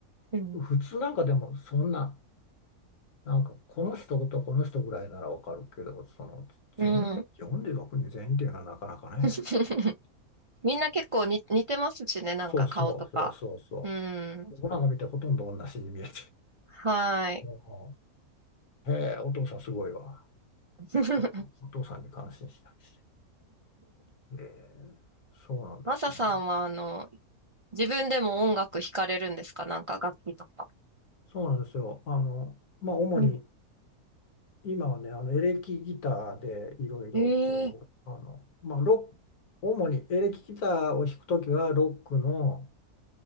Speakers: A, on the right (about 40°); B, on the left (about 80°).
A: うん
B: 普通なんかでもそんな、なんかこの人とこの人ぐらいならわかるけど、その全員、
A: うん。
B: 46人全員っていうのはなかなかね。
A: <laughs> みんな結構に似てますしね、なんか顔とか。
B: そうそうそうそうそ
A: うん。
B: う。僕なんか見てほとんど同じに見えて。
A: はい。
B: <laughs> もうへえ、お父さんすごいわ。
A: <laughs>
B: ちょっとお父さんに感心したりして。ええ、そうなんですね。
A: マサさんは、あの、自分でも音楽弾かれるんですかなんか楽器とか。
B: そうなんですよ。あの、まあ、主に
A: うん。
B: 今はね、あのエレキギターでいろいろこう、
A: ええ
B: あの、まあ、ロック、主にエレキギターを弾くときは、ロックの